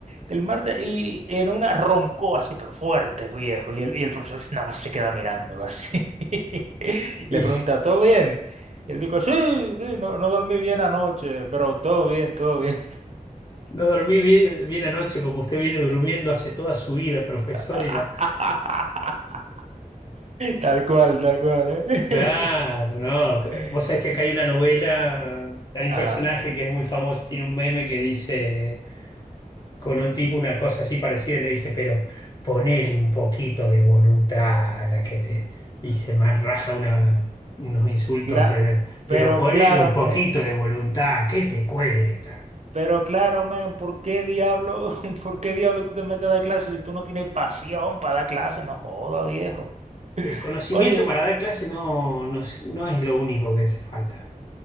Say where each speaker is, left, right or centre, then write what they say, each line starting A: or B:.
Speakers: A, on the right; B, on the left.
A: el martes, y en una roncó así, pero fuerte, viejo, y el, y el profesor nada más se queda mirándolo así. <laughs> Le
B: Y
A: pregunta, ¿todo bien? Y él dijo, sí, sí, no, no dormí bien anoche, pero todo bien, todo bien.
B: no dormí bien, bien anoche, como usted viene durmiendo hace toda su vida, profesor,
A: <laughs>
B: y la...
A: Tal cual, tal cual, ¿eh?
B: Claro, no. que-
A: <laughs>
B: Vos sabés que acá hay una novela, hay un
A: Ajá.
B: personaje que es muy famoso, tiene un meme que dice con un tipo una cosa así parecida, le dice, pero ponele un poquito de voluntad a la que te hice más raja una, unos insultos
A: Cla-
B: tremendos. Pero
A: pero
B: ponele
A: claro,
B: un
A: men,
B: poquito de voluntad, ¿qué te cuesta?
A: pero claro, men, ¿por qué diablo, <laughs> por qué diablo tú te metes a dar clases si tú no tienes pasión para dar clases? No joda, viejo.
B: El conocimiento
A: Oye,
B: para dar clase no, no, es- no es lo único que hace falta.